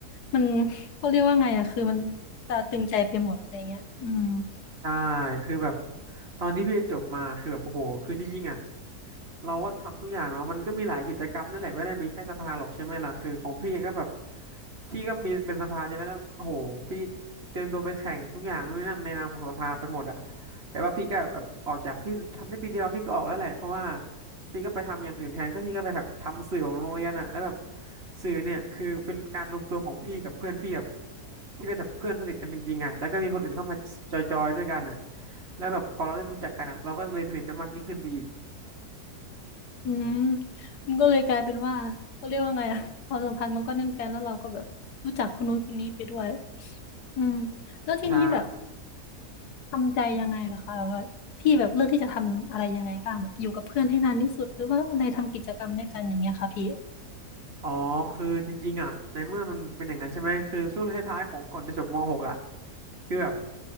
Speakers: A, on the left; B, on the right.
A: มันเขาเรียกว่าไงอ่ะคือมันตราตรึงใจไปหมดอะไรเงี้ยอืม
B: ใช่ คือแบบตอนที่พี่จบมา คือแบบโอ้โหคือจริงๆอ่ะ เราก็ทำทุกอย่างเนาะมันก็มีหลายกิจกรรมนั่นแหละไม่ได้มีแค่สภาหรอกใช่ไหมล่ะคือของพี่เองก็แบบพี่ก็มีเป็นสภาใช่ไหมแล้วโอ้โหพี่เตรียมตัวไปแข่งทุกอย่างนู่นนนั่นในนามของสภาไปหมดอะแต่ว่าพี่ก็แบบออกจากพี่ทำได้ปีเดียวพี่ก็ออกแล้วแหละเพราะว่าพี่ก็ไปทำอย่างอื่นแทนก็พี่ก็ไปแบบทำสื่อของโรงเรียนอะแล้วแบบสื่อเนี่ยคือเป็นการรวมตัวของพี่กับเพื่อนพี่แบบที่เป็นแบบเพื่อนสนิทกันจริงๆอะแล้วก็มีคนอื่นเข้ามาจอยๆด้วยกันอะแล้วแบบพอเราได้รู้จักกันอะเราก็เลยสนิทกันมากยิ่งขึ้นไปอีก
A: อืมมันก็เลยกลายเป็นว่าเขาเรียกว่าไงอะความสัมพันธ์มันก็แน่นแฟ้นแล้วเราก็แบบรู้จักคนนู้นคนนี้ไปด้วยอืมแล้วทีนี้แบบ
B: ใช่
A: ทำใจยังไงล่ะคะแบบว่าพี่แบบเลือกที่จะทำอะไรยังไงบ้างแบบอยู่กับเพื่อนให้นานที่สุดหรือว่าอะไรทำกิจกรรมด้วยกันอย่างเงี้ยค่ะพี่
B: อ๋อ คือจริงๆอ่ะ ในเมื่อมันเป็นอย่างนั้นใช่ไหมคือช่วงท้ายๆของก่อนจะจบม .6 อ่ะคือแบบ